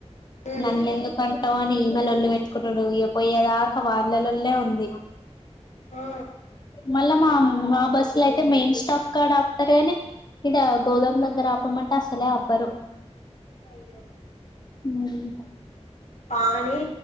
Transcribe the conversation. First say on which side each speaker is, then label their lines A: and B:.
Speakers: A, on the left (about 85°); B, on the left (about 40°).
A: ఉమ్
B: నన్ని ఎందుకు అంటావ్ ఈమె లొల్లి పెట్టుకుంటుడు ఇగ పోయేదాకా వాళ్ళ లొల్లే ఉంది
A: ఆ
B: మళ్ళ మము మా బస్సు లో అయితే మెయిన్ స్టాప్ కాడ ఆపుతారు గాని ఇడ గోదాం దెగ్గర ఆపమంటే అసలే ఆపరు
A: అయ్యో
B: హ్మ్
A: పానీ